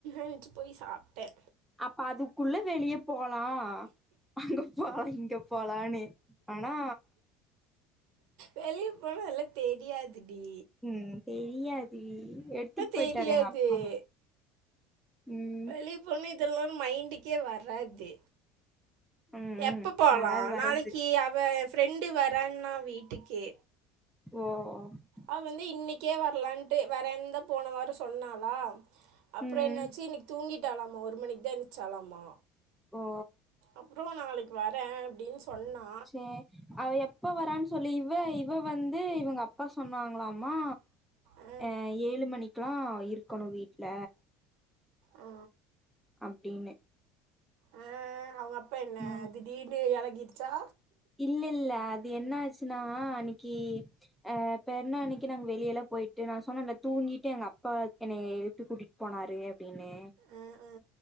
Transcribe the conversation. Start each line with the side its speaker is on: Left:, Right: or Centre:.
Right: ஏஞ்சு போய் சாப்ட்ட
Centre: அப்ப அதுக்குள்ள வெளிய போலா அங்க போலா இங்க போலனு ஆனா
Right: வெளிய போனா அதெல்லா தெரியாது டி
Centre: ம் தெரியாது டி எடுத்துட்டு போயிட்டாரு
Right: தெரியாது
Centre: எங்க அப்பா ம்
Right: வெளி போணுனா இதெல்லா மைண்டுக்கே வராது
Centre: ம்
Right: எப்போ
Centre: ம்
Right: போலா
Centre: வராது வராது
Right: நாளைக்கு அவ எ ஃப்ரெண்டு வரன்னா வீட்டுக்கு
Centre: ஓஓ
Right: அவ வந்து இன்னைக்கே வரலான்ட்டு வரன்தா போன வாரோ சொன்னாளா அப்புறோ
Centre: ம்
Right: என்னாச்சு இன்னைக்கு தூங்கிட்டாளாமா ஒரு மணிக்கு தா எந்ச்சாளாமா
Centre: ஓ
Right: அப்புறோ நாளைக்கு வர அப்டின்னு சொன்னா
Centre: சே அவ எப்ப வரான்னு சொல்லு இவ இவ வந்து இவங்க அப்பா சொன்னாங்களாமா
Right: ஆ,
Centre: அ ஏலு மணிக்குல்லா இருக்கணு வீட்ல
Right: ஆ
Centre: அப்டின்னு
Right: அ அவுங்க அப்பா என்ன
Centre: ம்
Right: திடீர்னு இலகிருச்சா
Centre: இல்ல இல்ல அது என்ன ஆச்சுன்னா அன்னிக்கு அ பெருணா அன்னிக்கு நாங்க வெளிய எல்லா போயிட்டு நா சொன்னே தூங்கிட்டு எங்க அப்பா என்னை எழுப்பி கூட்டி போனாரு அப்டின்னு
Right: ஆ ஆ